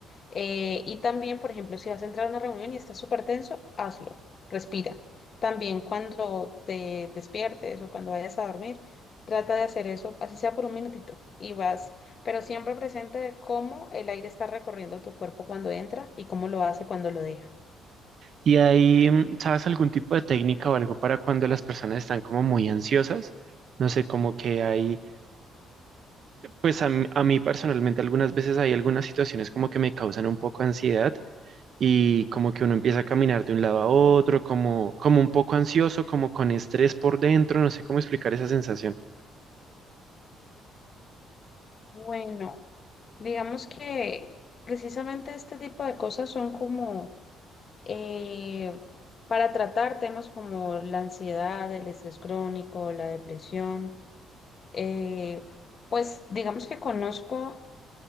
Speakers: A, on the left; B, on the right.
A: Eh, y también, por ejemplo, si vas a entrar a una reunión y estás súper tenso, hazlo. Respira. También cuando te despiertes o cuando vayas a dormir, trata de hacer eso, así sea por un minutito, y vas, pero siempre presente de cómo el aire está recorriendo tu cuerpo cuando entra y cómo lo hace cuando lo deja.
B: Y ahí, mm, ¿sabes algún tipo de técnica o algo para cuando las personas están como muy ansiosas? No sé, como que hay, pues a, mí a mí personalmente algunas veces hay algunas situaciones como que me causan un poco ansiedad y como que uno empieza a caminar de un lado a otro, como, como un poco ansioso, como con estrés por dentro, no sé cómo explicar esa sensación.
A: Bueno, digamos que precisamente este tipo de cosas son como eh, para tratar temas como la ansiedad, el estrés crónico, la depresión. eh, pues digamos que conozco